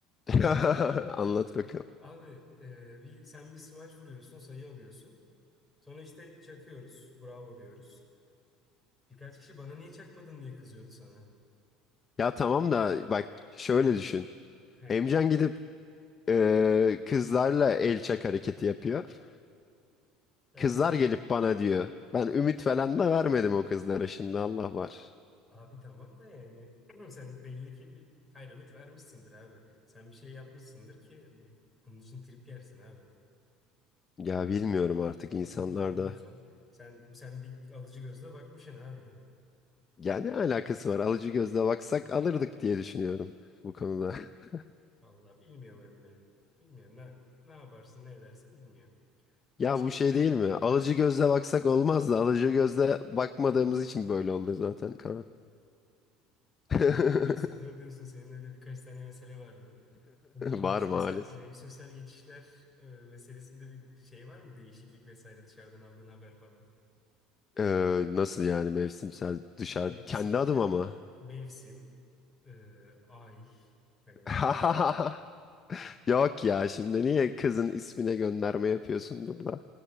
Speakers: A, on the left; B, in the centre.
A: <laughs> Anlat bakalım.
B: Abi e, bir sen bir smaç vuruyorsun sayı alıyorsun. Sonra işte çakıyoruz. Bravo diyoruz. Birkaç kişi bana niye çakmadın diye kızıyordu sana.
A: Ya tamam da bak şöyle düşün.
B: He.
A: Emcan gidip e, kızlarla el çak hareketi yapıyor.
B: E
A: Kızlar gelip bana diyor. Ben ümit falan da vermedim o kızlara şimdi Allah var.
B: abi tamam da yani <clears throat> sen belli ki bir hayır ümit vermişsindir abi. Sen bir şey yapmışsındır ki bu- bunun için trip yersin abi.
A: Ya
B: Bunun için
A: bilmiyorum
B: trip,
A: artık
B: bunun
A: insanlarda.
B: için trip yiyorsan sen sen bir alıcı gözle bakmışsın abi.
A: Ya ne alakası var? Alıcı gözle baksak alırdık diye düşünüyorum bu konuda. <laughs>
B: Vallahi bilmiyorum emmi. Bilmiyorum ne, ne yaparsın ne edersin bilmiyorum. Sen
A: Ya
B: şey
A: bu şey değil mi? Alıcı
B: <laughs>
A: gözle baksak olmaz da alıcı gözle bakmadığımız için böyle oldu zaten Kaan. <laughs>
B: Doğru diyorsun, doğru diyorsun. Senin öyle birkaç tane mesele vardı. Bu mevsimsel
A: Var maalesef.
B: mevsimsel geçişler e, meselesinde bir şey var mı? Değişiklik vesaire dışarıdan aldığın haber falan.
A: Ee, nasıl yani mevsimsel dışarı
B: Mevsimsel
A: kendi adım ama.
B: mevsim e, ay hani
A: <laughs>
B: kanka.
A: Yok ya şimdi niye kızın ismine gönderme yapıyorsun burada?